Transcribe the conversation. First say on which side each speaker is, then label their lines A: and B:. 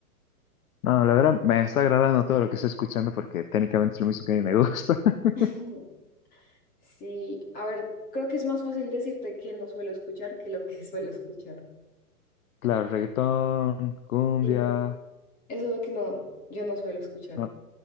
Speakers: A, on the left; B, on the left.
A: No, la verdad me está agradando todo lo que estoy escuchando porque técnicamente es lo mismo que a mí me gusta. <laughs>
B: <laughs> Sí, a ver, creo que es más fácil decirte que no suelo escuchar que lo que <laughs> suelo escuchar.
A: Claro, reggaetón, cumbia,
B: Sí, no, eso es lo que no, yo no suelo escuchar
A: no,